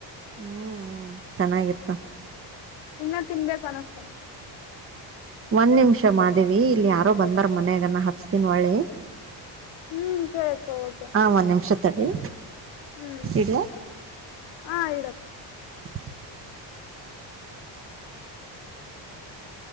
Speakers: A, on the right; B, on the left.
A: ಹ್ಮ್ ಹ್ಮ್ ಚೆನ್ನಾಗಿರ್ತ,
B: ಇನ್ನ ತಿನ್ಬೇಕ ಅನಸ್ತದ.
A: ಒಂದ್ ನಿಮಿಷ ಮಾದೇವಿ ಇಲ್ಲಿ ಯಾರೋ ಬಂದಾರ ಮನ್ಯಾಗನ ನಾ ಹಚ್ಚತಿನಿ ವಳ್ಳಿ.
B: ಹ್ಮ್ ಸರಿ ಅಕ್ಕ ಓಕೆ.
A: ಹಾ ಒಂದ್ ನಿಮಿಷ ತಡಿ.
B: ಹ್ಮ್
A: ಇಡ್ಲಾ
B: ಆ ಇಡ
A: <inaudible>